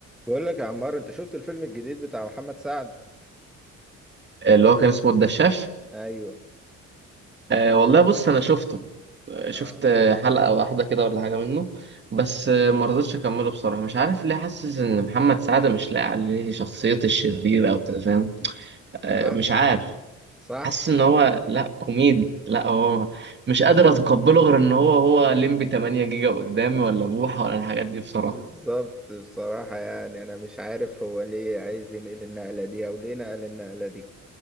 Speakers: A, in the centre; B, on the right.
A: بقول لك يا عمار انت شفت الفيلم الجديد بتاع محمد سعد
B: اللي هو كان اسمه الدشاش
A: ايوه
B: أه والله بص انا شفته آه، شفت
A: اه
B: آه، حلقة واحدة كده ولا حاجة منه بس آه، ما رضيتش اكمله بصراحة مش عارف ليه حاسس ان محمد سعد مش لاقي عليه شخصية الشرير او كده فاهم آه،
A: صح
B: مش عارف
A: صح
B: حاسس ان هو لا كوميدي لا هو مش قادر اتقبله غير ان هو هو ليمبي 8 جيجا قدامي ولا بوحة ولا الحاجات دي بصراحة
A: بالظبط بصراحة يعني انا مش عارف هو ليه عايز ينقل النقلة دي او ليه نقل النقلة دي